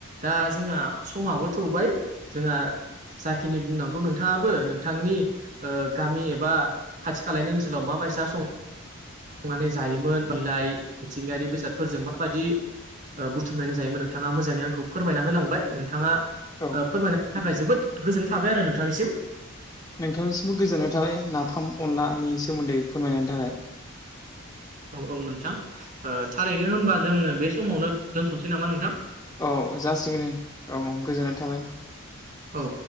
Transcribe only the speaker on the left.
औ
नोंथांनिसिमबो गोजोननाय थाबाय नाफाम अनलानि सोमोन्दै फोरमायनायनि थाखाय।
औ जासिगोन औ गोजोननाय थाबाय।